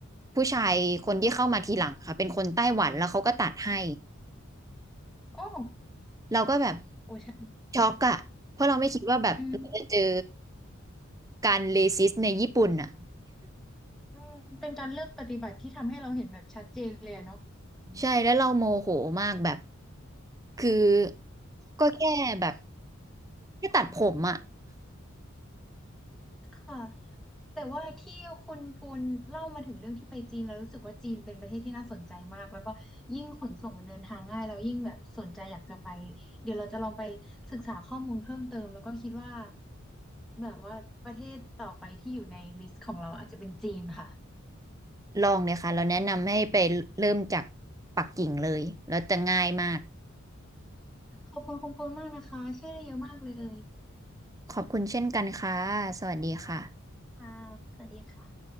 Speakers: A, on the right (about 15°); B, in the centre.
A: ผู้ชายคนที่เข้ามาทีหลังค่ะเป็นคนไต้หวันแล้วเขาก็ตัดให้
B: โอ้
A: เราก็แบบ
B: โอ้ใช่
A: ช็อกอะเพราะเราไม่คิดว่าแบบเราจะเจอ
B: อืม
A: การเลซิสในญี่ปุ่นอะ
B: อืมเป็นการเลือกปฏิบัติที่ทำให้เราเห็นแบบชัดเจนเลยอะเนาะ
A: <laughs> ใช่แล้วเราโมโหมากแบบคือก็แค่แบบแค่ตัดผมอะ
B: ค่ะ แต่ว่าที่คุณปุณเล่ามาถึงเรื่องที่ไปจีนแล้วรู้สึกว่าจีนเป็นประเทศที่น่าสนใจมากแล้วก็ยิ่งขนส่งมันเดินทางง่ายเรายิ่งแบบสนใจอยากจะไปเดี๋ยวเราจะลองไปศึกษาข้อมูลเพิ่มเติมแล้วก็คิดว่าแบบว่าประเทศต่อไปที่อยู่ในลิสต์ของเราอาจจะเป็นจีนค่ะ
A: ลองเลยค่ะเราแนะนำให้ไปเริ่มจากปักกิ่งเลยแล้วจะง่ายมาก
B: ขอบคุณคุณปุณมากนะคะช่วยได้เยอะมากเลย
A: ขอบคุณเช่นกันค่ะสวัสดีค่ะ
B: ค่ะสวัสดีค่ะ